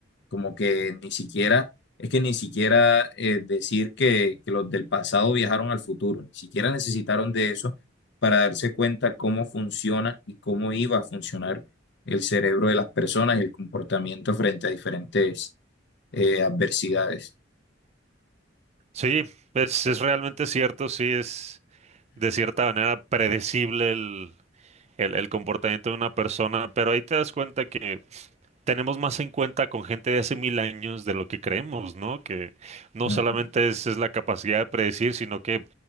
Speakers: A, on the left (about 65°); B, on the right (about 35°).
A: como que ni siquiera, es que ni siquiera eh, decir que, que los del pasado viajaron al futuro, ni siquiera necesitaron de eso para darse cuenta cómo funciona y cómo iba a funcionar el cerebro de las personas y el comportamiento frente a diferentes eh, adversidades.
B: Sí, es, es realmente cierto, sí es de cierta manera predecible el, el, el comportamiento de una persona, pero ahí te das cuenta que tenemos más en cuenta con gente de hace mil años de lo que creemos, ¿no? Que no
A: Ujú,
B: solamente es, es la capacidad de predecir, sino que